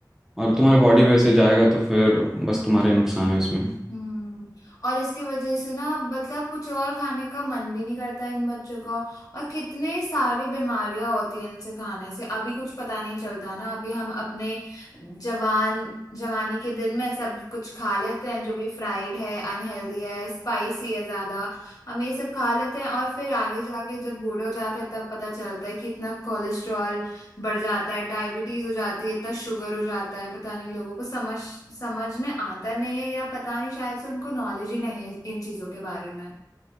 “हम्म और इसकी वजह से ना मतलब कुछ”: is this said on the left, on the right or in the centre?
Left